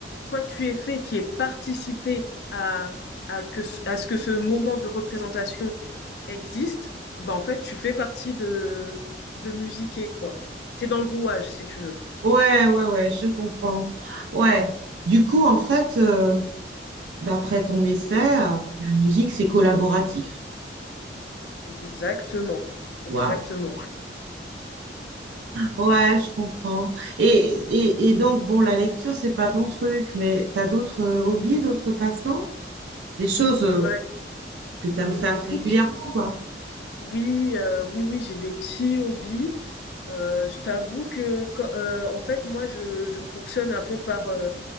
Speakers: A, on the left; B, on the right.
A: quoi que tu aies fait qui ait participé à, à, que, ce- à ce que ce moment de représentation existe, bah, en fait, tu fais partie de, de musiquer, quoi. T'es dans le rouage, si tu veux.
B: Ouais, ouais, ouais, je comprends. Ouais. Du coup, en fait, euh, d'après ton essai, euh, la musique, c'est collaboratif.
A: Exactement. Exactement.
B: Waouh. <laughs> Ouais, je comprends. Et, et, et donc, bon, la lecture, c'est pas ton truc, mais t'as d'autres euh, hobbies, d'autres passe-temps? Des choses euh,
A: Et ben,
B: que t'aimes
A: et
B: faire
A: ben écoute.
B: régulièrement, quoi.
A: Oui, euh, oui, oui, j'ai des petits hobbies. Euh, je t'avoue que, quand- euh, en fait, moi, je, je fonctionne un peu par euh,